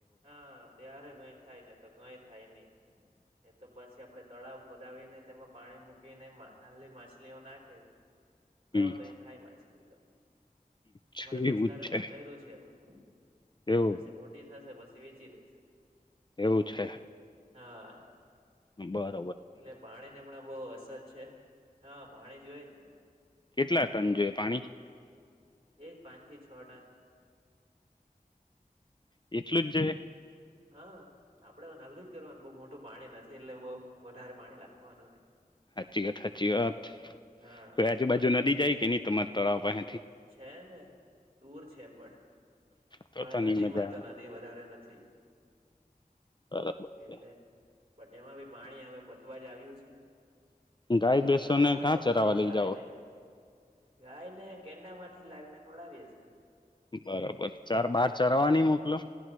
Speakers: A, on the right (about 40°); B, on the left (about 30°).
A: હા ત્યારે કઈ થાય ને તો કઈ થાય નહી <inaudible> એ તો પછી આપડે તળાવ ઉપર ાવ સને તેમાં પાણી મૂકીને નાની માછલીઓ નાખે તો
B: હમ
A: કઈ થાય માછલી તો
B: છે
A: અમારે દોસ્તારે
B: એવું જ છે
A: હમણાં કર્યું છે એવું
B: એવું
A: પછી મોટી થશે વેચી દેશે
B: એવું છે
A: હા
B: બાત
A: એટલે પાણી ને હમણા બહુ અસર છે હા પાણી જોવે જ ને
B: કેટલા ટન જોઈ પાણી
A: એ જ પાંચ થી છ ટન
B: એટલું જોઈએ છે
A: હા આપડે તો નાલું જ કરવાનું બહુ મોટું પાણી નથી એટલે બઉ વધારે પાણી લખવાનું નહી
B: સાચી વાત સાચી વાત
A: હા.
B: કોઈ આજુબાજુ નદી જાય કે નની તમાર તળાવ બહેન
A: છે ને દુર છે પણ
B: તો
A: મારા
B: તો નઈ
A: નજીકમાં
B: મજા
A: તો નદી વધારે નથી
B: આવે બરોબર
A: એટલે
B: છે
A: પણ એમાં બી પાણી હવે પતવા જ આવ્યું છે
B: ગાય
A: વરસાદ
B: બેસોને
A: આવે
B: કાં
A: તો
B: ચરાવા
A: પાણી
B: લઈ
A: થાય
B: જાઓ
A: નને ગાય ને ગેંડા માંથી લાવીને ખવડાવીએ છીએ
B: બરોબર ચાર બાર ચરવા
A: જરવા
B: નઈ મોકલો